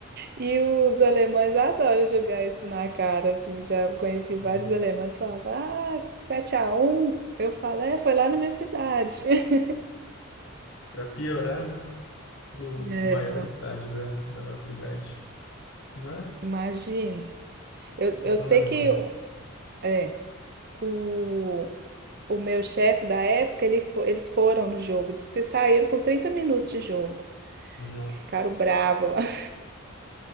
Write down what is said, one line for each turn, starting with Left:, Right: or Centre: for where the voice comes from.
Right: E os alemães adoram jogar isso na cara, assim, já conheci
Left: <laughs>
Right: vários alemães que falavam, ah, 7x1, eu falo, é, foi lá na minha cidade. <laughs>
Left: Para piorar, no, no
Right: É,
Left: maior
Right: não.
Left: estádio da, da nossa cidade. Mas
Right: Imagina, eu,
Left: a culpa
Right: eu sei
Left: não é nossa.
Right: que é, o, o meu chefe da época, ele fo- eles foram no jogo, diz que saíram com 30 minutos de jogo.
Left: Não.
Right: Ficaram bravos. lá. <laughs>